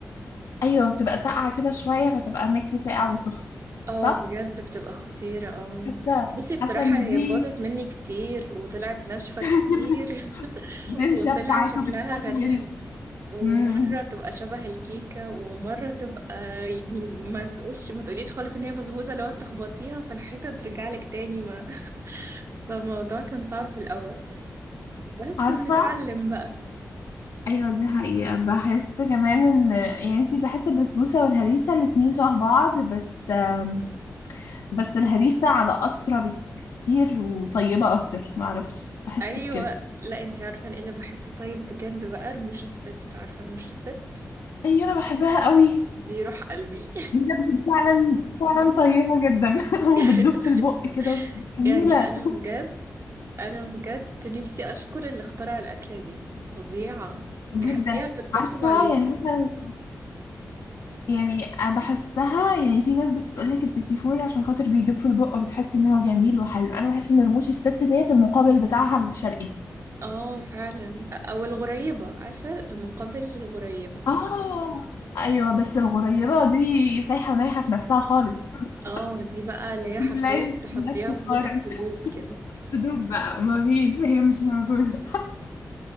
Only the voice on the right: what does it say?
اه
بجد بتبقى خطيرة اه
بصي بصراحة
هي
باظت مني كتير وطلعت ناشفة كتير
<laughs>
وطلع
شكلها
غريب ومرة
تبقى شبه الكيكة ومرة تبقى يعني ما تقولش ما تقوليش خالص ان هي بسبوسة لو تخبطيها في الحيطة ترجع لك تاني ما <laughs> فالموضوع كان صعب في الأول بس
بنتعلم بقى
ايوه
لا انتي عارفة أنا ايه اللي بحسه طيب بجد بقى رموش الست عارفة رموش الست
دي روح قلبي
<laughs>
يعني انا بجد انا بجد نفسي اشكر اللي اخترع الأكلة دي فظيعة
تحسيها بتطبطب
عليكي
اه فعلا او الغريبة عارفة المقابل للغريبة
اه دي بقى اللي هي
حرفيا تحطيها
في بقك تدوب كده